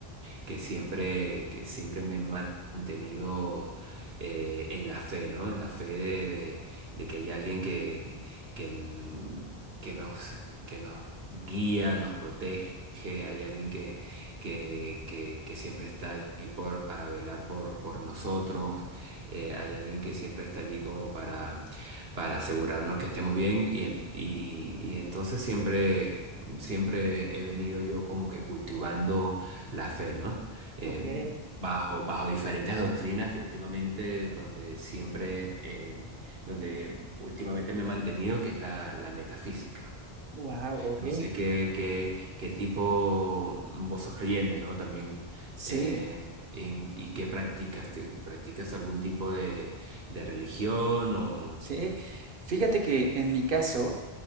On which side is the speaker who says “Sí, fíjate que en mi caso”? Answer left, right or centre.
Right